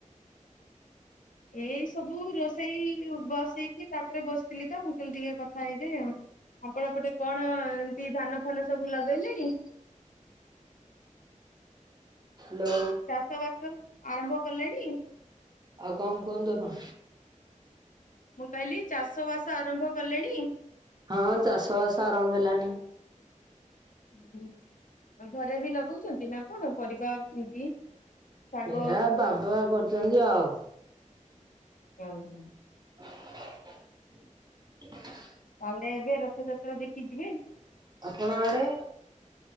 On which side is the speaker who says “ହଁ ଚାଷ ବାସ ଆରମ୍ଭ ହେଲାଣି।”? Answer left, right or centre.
Right